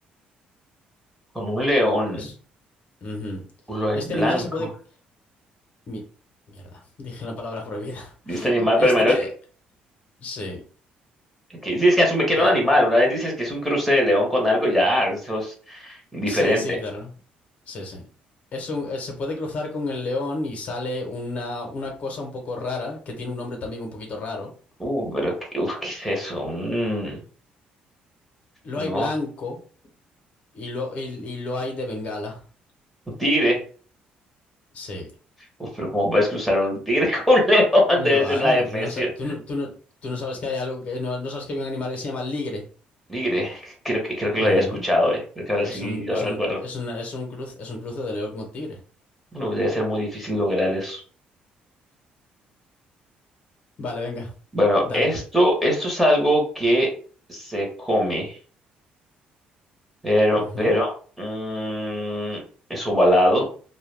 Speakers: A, in the centre; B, on the left.
A: Con un león,
B: Es- ujú.
A: culo lobo
B: Este
A: blanco.
B: animal se puede... mi- mierda, <laughs> dije la palabra prohibida.
A: Dice
B: <laughs>
A: animal, pero
B: Este,
A: primero que,
B: sí,
A: que dices que asume que era
B: eh,
A: un animal. Una vez dices que es un cruce de león con algo, ya, eso es indiferente.
B: sí, sí, claro. Sí, sí. Es un- eh, se puede cruzar con el león y sale una, una cosa un poco rara, que tiene un nombre también un poquito raro
A: Uh, pero qué, uf, ¿qué es eso? Un,
B: Lo
A: no,
B: hay blanco y lo, y, y lo hay de Bengala.
A: un tigre.
B: Sí,
A: Uf, pero ¿cómo puedes cruzar un tigre <laughs> con un león?
B: lo
A: Debe ser
B: hay.
A: una especie.
B: No, sa- tú, no, tú no- tú no sabes que hay algo que. No, no sabes que hay un animal que se llama ligre.
A: Nigre, creo que, creo que lo
B: Ujú.
A: había escuchado, eh. Creo que ahora
B: Es
A: sí
B: un,
A: lo
B: es
A: recuerdo.
B: un, es una- es un cruz, es un cruce de león con tigre.
A: No, debe ser muy difícil lograr eso.
B: Vale, venga.
A: Bueno,
B: Dale.
A: esto, esto es algo que se come, pero,
B: Ujú.
A: pero mm, es ovalado